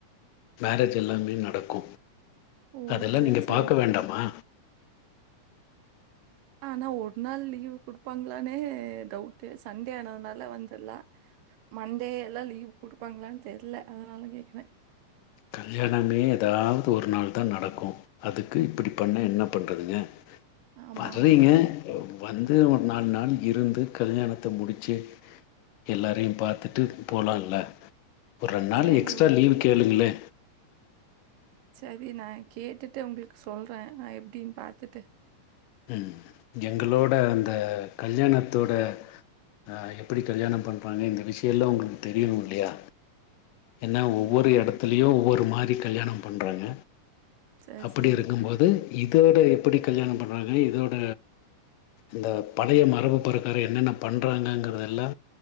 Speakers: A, on the left; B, on the right.
A: மேரேஜ் எல்லாமே நடக்கு
B: ஓ!
A: அதெல்லா
B: சரி,
A: நீங்க
B: சரி.
A: பாக்க வேண்டாமா
B: ஆனா ஒரு நாள் லீவு குடுப்பாங்களானே டவுட்டு சன்டே ஆனதுனால வந்துர்லா மண்டே எல்லா லீவ் குடுப்பாங்களான்னு தெர்ல ஆ அதனால கேட்குறே
A: கல்யாணமே ஏதாவது ஒரு நாள் தா நடக்கு அதுக்கு இப்டி பண்ண என்ன பண்றதுங்க
B: ஆமா,
A: வர்றீங்க
B: ஆமா.
A: வந்து ஒரு நாலு நாள் இருந்து கல்யாணத்த முடிச்சு எல்லாரையு பாத்துட்டு போலால ஒரு ரெண்டு நாள்
B: சரி,
A: எக்ஸ்ட்ரா
B: ஓகே.
A: லீவு கேளுங்களே
B: செரி நா கேட்டுட்டு உங்களுக்கு சொல்றே நா எப்டினு பாத்துட்டு
A: ம் எங்களோட அந்த கல்யாணத்தோட அ எப்டி கல்யாண பண்றாங்க இந்த விஷயயெல்லா உங்களு தெரியணு இல்லையா ஏனா
B: சரிங்க.
A: ஒவ்வொரு எடத்துலயு ஒவ்வொரு மாரி கல்யாண பண்றாங்க
B: சரி,
A: அப்டி
B: சரி.
A: இருக்குபோது இதோட எப்டி கல்யாண பண்றாங்க இதோட இந்த பழைய மரபு பறக்கார என்னென்ன பண்ணுறாங்கங்கிறதெல்லா